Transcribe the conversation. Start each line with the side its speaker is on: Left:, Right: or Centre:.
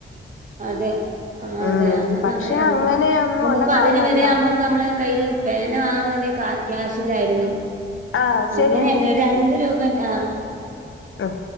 Right: അതെ ആ
Left: ഉം
Right: അതെ അന്നൊക്കെ
Left: പക്ഷെ
Right: അങ്ങനാരുന്നു
Left: അങ്ങനെ ഒന്നും
Right: നമുക്ക്
Left: ഉള്ള കാലമല്ല
Right: അതിന് വരെ നമ്മക്ക് നമ്മളെ കയ്യില് പേന വാങ്ങാം തന്നെ ക്യാഷ് ഇല്ലായിരുന്നു
Left: ആ
Right: അങ്ങനെയാണ്
Left: ശരി
Right: ഒര് രണ്ട് രൂപ ആഹ്
Left: ഉം